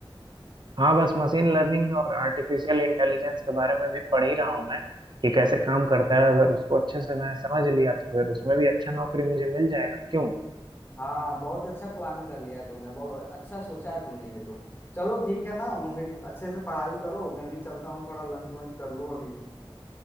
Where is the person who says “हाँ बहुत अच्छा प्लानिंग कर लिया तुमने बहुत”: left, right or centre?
Left